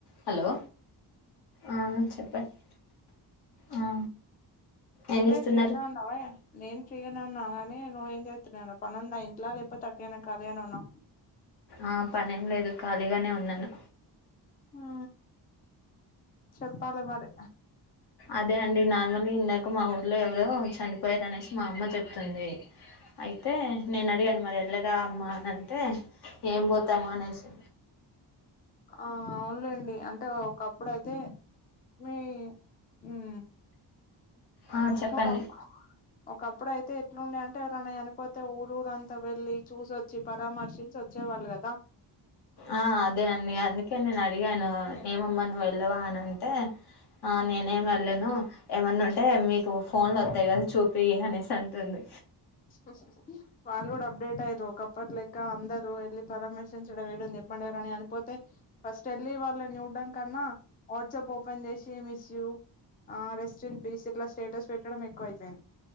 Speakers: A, on the left; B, on the left.
A: Hello ఆ చెప్పండి ఆ ఏం
B: ఏందే
A: చేస్తున్నారు
B: ఫ్రీ గానే ఉండావ? నేను ఫ్రీ గానే ఉన్నా గానీ నువ్వేం చేత్తున్నా <inaudible> పనుందా ఇంట్లో లేకపో తగ్గేను ఖాళీ అని ఉన్నా
A: ఆ పనేం లేదు ఖాళీగానే ఉన్నాను
B: ఊ చెప్పాల మరి
A: అదే అండి నార్మల్ గా ఇందాక మా ఊర్లో ఎవరో చనిపోయారు అనేసి మా అమ్మ చెప్తుంది అయితే నేను అడిగాను మరి ఎళ్ళరా అమ్మా అని అంటే ఏం పోతాము అనేసి
B: ఆ అవునులేండి అంటే ఒకప్పుడుతే మీ ఉమ్
A: ఆ చెప్పండి
B: ఒకప్పు ఒకప్పుడు అయితే ఎట్లుండే అంటే ఎవరైనా చనిపోతే ఊరు ఊరు అంతా వెళ్ళి చూసో చ్చి పరామర్శించి వచ్చేవాళ్ళు కదా
A: ఆ అదేనండి అందుకే నేను అడిగాను ఏమమ్మా ను నువ్వెళ్ళవా అని అంటే ఆ నేనేం వెళ్ళను ఏమన్నా ఉంటే మీకు ఫోన్ లోత్తాయి కదా చూపి అనేసి అంటుంది
B: ఓహ వాళ్ళు కూడా అప్డేట్ అయ్యారు ఒకప్పటి లెక్క అందరూ ఎళ్లి పరామర్శించడం ఏడుంది చెప్పండి ఎవరన్నా చనిపోతే ఫస్ట్ ఎల్లి వాళ్ళని చూడ్డం కన్నా ఓడ్ ట్సప్ ఓపెన్ చేసి మిస్ యూ ఆ రెస్ట్ ఇన్ పీస్ ఇట్లా స్టేటస్ పెట్టడం ఎక్కువ అయిపోయింది